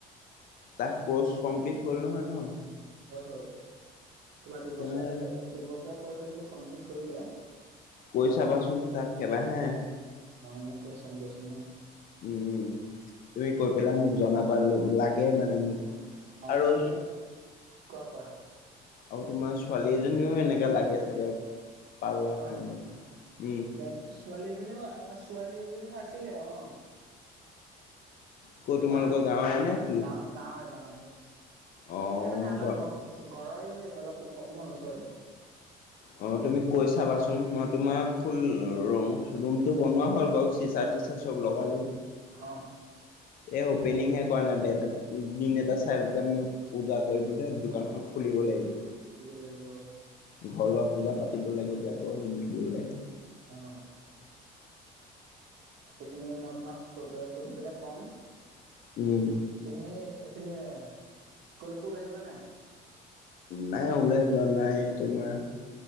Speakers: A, on the left (about 60°); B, on the right (about 70°).
A: তাৰ কৰ্চ কমপ্লিট হ'ল নহয় ন?
B: হল হল তোমাৰ দুবছ
A: তেনে
B: দুবছৰ কৰ্চ আছিলে কমপ্লিট কৰিলে
A: কৈ চাবাচোন তাক এবাৰ হা
B: মই এনে কৈ দিয়াছন ন।
A: উম তুমি কৈ পেলাই মোক জনাবা লাগে মানে মোক।
B: অ
A: আৰু
B: এনে কি কোৱা কোৱা
A: আৰু তোমাৰ ছোৱালী এজনীও এনেকা লাগে চাগে পাৰ্লাৰ
B: ছোৱালী
A: খনলে উম
B: ছোৱালী ছোৱালী এজনীও আ ছোৱালী এজনীও আছিলে অঁ।
A: ক' তোমালোকৰ
B: আ
A: গাঁৱৰে নে কি
B: গাৱ গাঁৱৰে গাঁৱৰে এই
A: অ
B: মানে আমাৰ
A: জন
B: ঘৰ। ঘৰৰই অলপ অকণমান ওচৰতে।
A: অ তুমি কৈ চাবাচোন মই তোমাৰ খোল ৰম ৰুমতটো বনোৱা হ'ল বাও চিচা-তিচা চব লগালোঁ
B: অঁহ
A: এ অপেনিংহে কৰা নাই দে তাত। দিন এটা চাই পেলাই মই পূজা কৰিবলৈ দোকানখন খুলিব লাগিব।
B: দিব লাগিব অ।
A: ঘৰলত পূজা পাতিব লাগে এতিয়া আকৌ ৰুমতো ললে।
B: অঁ সেই তুমি মই তোমাক কৈ পে সুধি পেলাই কম।
A: উম
B: এনে এইফালে কলোকো ওলাই যোৱা নাই?
A: নাই ওলাই যোৱা নাই তোমাৰ।